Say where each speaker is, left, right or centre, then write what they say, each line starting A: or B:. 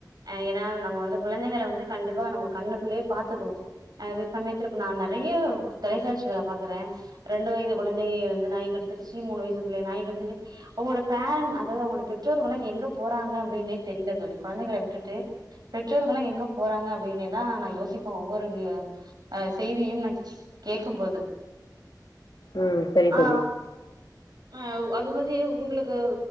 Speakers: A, on the right (about 60°); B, on the left (about 80°).
A: ஆ ஏன்னா நம்ம வந்து குழந்தைங்கள வந்து கண்டிப்பா நம்ப கண்ணுக்குள்ளயே பாத்துக்கணு அதே சமயத்து இப்ப நா நெறைய தொலைக்சாட்சிகள பாக்குறே ரெண்டு வயது குழந்தைய வந்து நாய் கடிச்சிருச்சு மூணு வயசு புள்ளய நாய் கடிச்சிருச்சு அவங்களோட பேரன்ஸ் அதாவது அவங்களோட பெற்றோர்கள்லா எங்க போறாங்க அப்டின்னே தெரில தோலி கொழந்தைகள விட்டுட்டு பெற் ற்றோர்கள்லா எங்க போறாங்க அப்டின்னே தா நா யோசிப்பே ஒவ்வொரு நியூ அ செய்தியு நா கேக்கும்போது
B: ம் சரி
A: ஆ
B: தோலி
A: அ அது மாரியே உங்களுக்கு